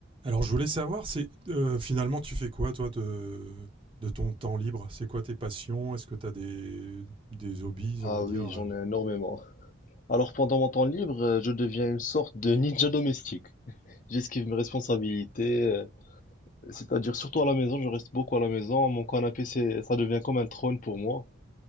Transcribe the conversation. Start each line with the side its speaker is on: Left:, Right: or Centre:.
Right: Alors, je voulais savoir, c'est euh, finalement, tu fais quoi, toi, de, de ton temps libre C'est quoi tes passions Est-ce que tu as des, des hobbies,
Left: Ah
Right: on va dire
Left: oui,
Right: euh
Left: j'en ai énormément. Alors pendant mon temps libre, euh, je deviens une sorte de ninja domestique. J'esquive mes responsabilités, euh, c'est-à-dire surtout à la maison, je reste beaucoup à la maison. Mon canapé, c'est, ça devient comme un trône pour moi.